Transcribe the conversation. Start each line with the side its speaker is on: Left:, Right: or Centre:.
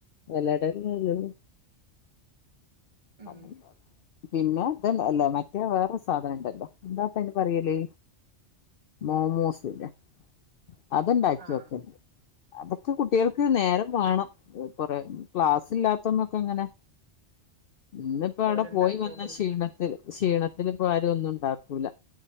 Left: എലട ല്ലെള്ളു
Right: ഉം
Left: ആ <unintelligible> പിന്നെ ഇത് അല്ലേ മറ്റേ വേറോരു സാധന ഇണ്ടല്ലോ എന്താപ്പയ്ന് പറയല് മോമോസ് ലെ അത്ണ്ടാക്കിയൊക്കെൽണ്ട്
Right: ആഹ്
Left: അതൊക്കെ കുട്ട്യൾക്ക് നേരം വാണം കൊറേ ക്ലാസ് ഇല്ലാത്തന്നൊക്കെ ങ്ങനെ ഇന്നിപ്പോ അവിടെ
Right: ഓലുണ്ടാക്കിയോക്കല്ലോ
Left: പോയി വന്ന ക്ഷീണത്തില് ക്ഷീണത്തില് പ്പോ ആരുംഒന്നു ഉണ്ടാക്കൂല